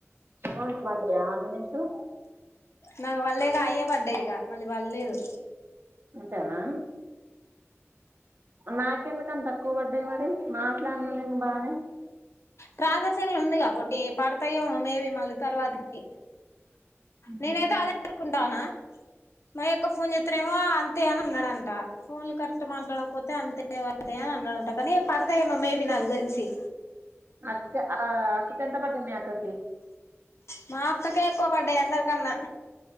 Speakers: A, on the right; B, on the left.
A: అమౌంట్ బడ్డయా ఏమన్నా నీకు
B: నాకు బళ్ళే గా అయ్యే బడ్డయ్ ఇగ మళ్ళీ బళ్లేదు
A: అంతేనా నాకెందుకని తక్కువ పడ్డాయి మరి మాట్లాడినా నేను బానే
B: ప్రాసెసింగ్ ల ఉందిగా పోట్టి పడతయో మేబి మళ్ళీ తర్వాతకి
A: ఉమ్
B: నేనైతే అదే అనుకుంటానా మా యక్క ఫోన్ జేతనేమో అంతే అ అన్నాడంట ఫోన్లు కరెక్ట్ మాట్లాడకపోతే అంతే అ అన్నాడంట కానీ పడతే మమే నాక్ దెల్సి
A: అక్క ఆ అక్కకి ఎంత పడ్డాయి మీ అక్కకి
B: మా అక్క కేే ఎక్కువ పడ్డయ్ అందరికన్నా